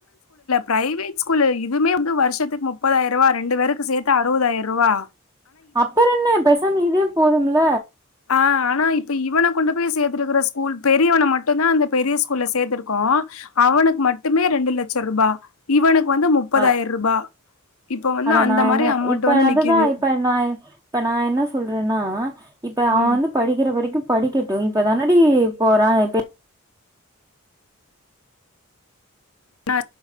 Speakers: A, on the left; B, on the right.
A: ப்ரைவேட் ஸ்கூலு இதுவுமே வந்து வருஷத்துக்கு முப்பதாய்ரூவா ரெண்டு பேருக்கு சேர்த்து அறுபதாயிரூவா
B: அப்புற என்ன பெசாம இதே போதும்ல
A: ஆ இப்ப இவன கொண்டு போய் சேத்திருக்க ஸ்கூல் பெரிய மட்டுந்தா அந்த பெரிய ஸ்கூல சேத்திருக்கோ அவனுக்கு மட்டுமே ரெண்டு லட்சரூபா இவனுக் வந்து முப்பதாய்ரூபா
B: அ
A: இப்ப வந்து
B: அட
A: அந்த
B: நா
A: மாரி
B: என்ன
A: அமௌண்ட்டு
B: இப்ப
A: வந்து
B: அதுதா
A: நிக்குது
B: இப்ப நா இப்ப நா என்ன சொல்றனா இப்ப அவ
A: ம்
B: வந்து படிக்கிற வரைக்கு படிக்கட்டும் இப்ப தானடி போறா இது
A: இன்னா